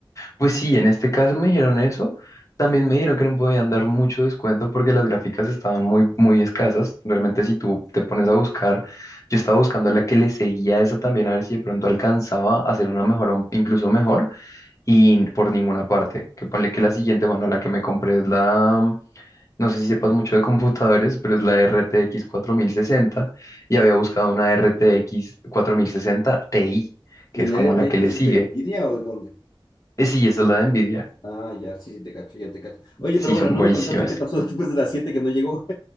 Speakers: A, on the left; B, on the left.
A: pues sí, en este caso me dijeron eso. También me dijeron que no podían dar mucho descuento porque las gráficas estaban muy, muy escasas. Realmente si tú te pones a buscar, yo estaba buscando la que le seguía a esa también a ver si de pronto alcanzaba a hacer una mejor, o incluso mejor, y por ninguna parte. Que ponle que la siguiente, bueno, la que me compré es la, mm, no sé si sepas mucho de computadores, pero es la RTX sesenta. y había buscado una RTX sesenta Ti, que
B: ¿Y
A: es
B: la
A: como
B: RTX
A: la que le sigue.
B: es de Nvidia o de dónde?
A: Eh, Sí, esa es la de Nvidia.
B: Ah, ya, sí, sí, te cacho, ya te cacho. Oye,
A: Sí,
B: pero bueno,
A: son
B: no
A: buenísimas.
B: me contaste qué pasó <laughs> después de las 7 que no llegó.